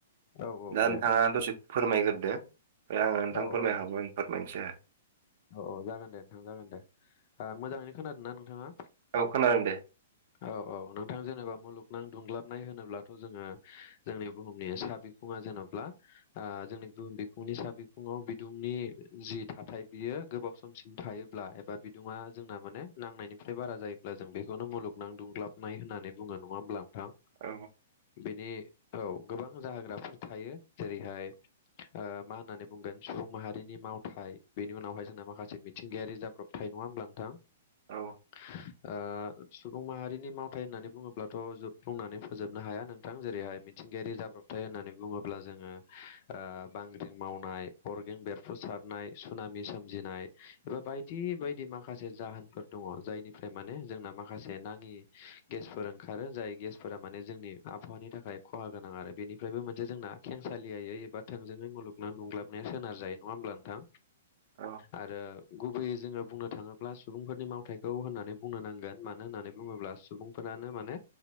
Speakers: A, on the left (about 50°); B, on the right (about 55°).
A: औ औ
B: दा
A: दे
B: नोंथाङा दसे फोरमायग्रो दो ओमफाय आङो नोंथां
A: औ
B: फोरमायखांबा फोरमायनोसै आरो
A: औ औ जागोन दे नोंथां जागोन दे ओ मोजाङैनो खोनादों ना नोंथाङा
B: औ खोनादों दे
A: औ औ नोंथां जेनेबा मुलुगनां दुंलाब नाय होनोब्लाथ' जोङो जोंनि बुहुमनि सा बिखुङा जेन'बा ओ जोंनि बुहुम बिखुंनि नि सा बिखुङाव बिदुंनि जि थाथाय बियो गोबाव समसिम थायोब्ला एबा बिदुङा जोंना माने नांनायनिफ्राय बारा जायोब्ला जों बेखौनो मुलुग नां दुंग्लाबनाय होननानै बुङो नङा होमब्ला नोंथां
B: औ
A: बेनि औ गोबां जाहोग्राफोर थायो जेरैहाय ओ मा होननानै बुंगोन सुबुं माहारिनि मावथाय बेनि उनावहाय जोंना माखासे मिथिंगायारि जाब्रबथाय नङा होमब्ला नोंथां
B: औ
A: ओ सुबुं माहारिनि मावथाय होननानै बुङोब्लाथ' जो बुंनानै फोजोबनो हाया नोंथां जेरैहाय मिथिंगायारि जाब्रबथाय होननानै बुङोब्ला जोङो ओ बांग्रिं मावनाय अगें बेरफ्रु सारनाय सुनामि सोमजिनाय एबा बायदि बायदि माखासे जाहोनफोर दङ जायनिफ्राय माने जोंना माखासे नाङि गेसफोर ओंखारो जाय गेसफोरा माने जोंनि आबहावानि थाखाय खहा गोनां आरो बेनिफ्रायबो मोनसे जोंना खेंसालियायै एबा थोंजोङै मुलुगना नुंग्लाबनाया सोनार जायो नङा होमब्ला नोंथां
B: औ
A: आरो गुबैयै जोङो बुंनो थाङोब्ला सुबुंफोरनि मावथायखौ होननानै बुंनो नांगोन मानो होननानै बुङोब्ला सुबुंफोरा माने